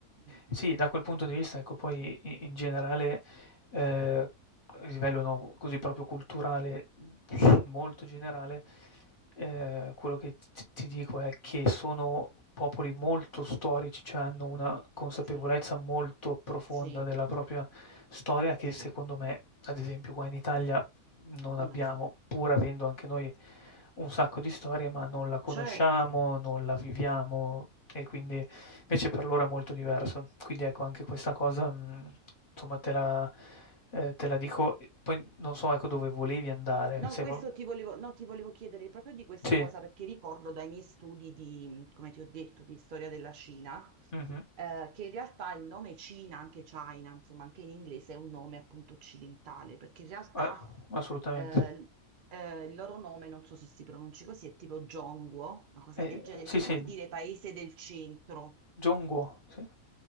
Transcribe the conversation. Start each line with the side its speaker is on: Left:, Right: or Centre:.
Right: Mm.
Left: Sì, da quel punto di vista, ecco, poi i in generale, ehm, a livello, no, così proprio culturale, molto generale Ehm, quello che t t ti dico è che sono popoli molto storici, cioè hanno una consapevolezza
Right: Sì,
Left: molto profonda
Right: sì,
Left: della propria storia che
Right: sì,
Left: secondo me, ad esempio qua in Italia, non
Right: no,
Left: abbiamo, pur avendo anche noi un sacco di storie, ma non la conosciamo,
Right: certo.
Left: non la viviamo e quindi invece per loro è molto diverso. Quindi ecco anche questa cosa, mhmm, insomma te la ehm, te la dico e poi non so ecco dove volevi andare,
Right: No,
Left: se
Right: questo
Left: vo
Right: ti volevo, no, ti volevo chiedere proprio di questa
Left: sì,
Right: cosa perché ricordo dai miei studi di, come ti ho detto, di storia della Cina,
Left: mh-mh,
Right: eh, che in realtà il nome Cina, anche China, insomma, anche in inglese è un nome appunto occidentale, perché in realtà
Left: eh, assolutamente.
Right: eh, eh, il loro nome, non so se si pronunci così, è tipo Zhongguo, una cosa
Left: E
Right: del genere,
Left: sì,
Right: che
Left: sì,
Right: vuol dire paese del centro.
Left: John Guo, sì.